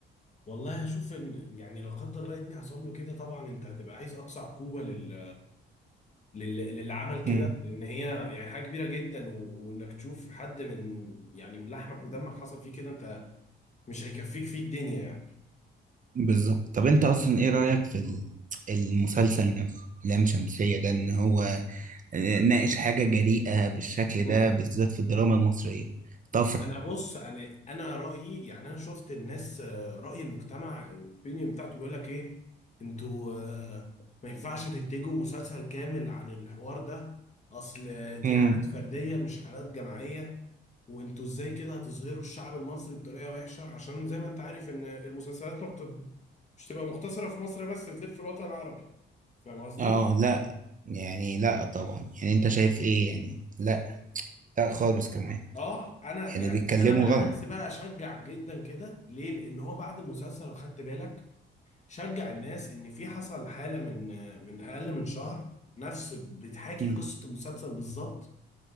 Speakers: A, on the left (about 35°); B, on the right (about 40°).
A: والله اشوف ان يعني لا قدر الله ابني حصل له كده طبعا انت هتبقى عايز اقصى عقوبه لل... لل... للعمل كده
B: مم.
A: لان هي يعني حاجه كبيره جدا و... وانك تشوف حد من يعني من لحمك ودمك حصل فيه كده انت مش هيكفيك فيه الدنيا يعني
B: بالظبط طب انت اصلا ايه رأيك في ال- المسلسل نفسه لام شمسية ده ان هو آه، ناقش حاجة جريئة بالشكل
A: امم
B: ده بالذات في الدراما المصرية طفرة
A: انا بص انا انا رايي يعني انا شفت الناس آه، راي المجتمع الاوبينيون بتاعته بيقول لك ايه انتوا آه، ما ينفعش تنتجوا مسلسل كامل عن الحوار ده اصل دي
B: مم.
A: حالات فرديه مش حالات جماعيه وانتوا ازاي كده هتصغروا الشعب المصري بطريقه وحشه عشان زي ما انت عارف ان المسلسلات ما بت... مش تبقى مقتصره في مصر بس بتلف في الوطن العربي فاهم قصدي؟
B: اه لا يعني لا طبعا
A: اه
B: يعني انت شايف ايه يعني لا لا خالص كمان
A: آه، انا
B: يعني
A: يعني
B: بيتكلموا
A: انا بالعكس
B: غلط
A: بقى اشجع جدا كده ليه؟ لان هو بعد المسلسل لو خدت بالك شجع الناس ان في حصل حاله من من اقل من شهر نفس بتحاكي
B: مم.
A: قصه المسلسل بالظبط